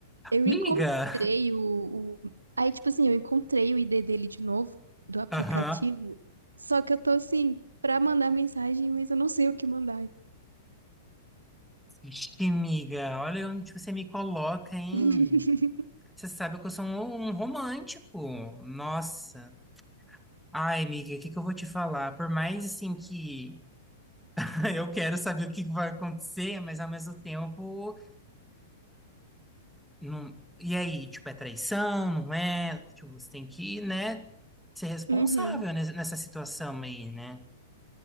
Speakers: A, on the right; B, in the centre.
A: Eu
B: Miga!
A: encontrei o, o- Aí, tipo assim, eu encontrei o ID dele de novo, do aplicativo.
B: Aham.
A: Só que eu tô assim, pra mandar mensagem, mas eu não sei o que mandar.
B: Vixe, miga, olha onde você me coloca, hein?
A: <laughs>
B: Você sabe que eu sou um, um romântico. Nossa. Ai, miga, o que que eu vou te falar? Por mais, assim, que <laughs> Eu quero saber o que vai acontecer, mas ao mesmo tempo, não... e aí, tipo, é traição, não é? Tipo, você tem que, né, ser responsável
A: Uhum.
B: nes- nessa situação aí, né?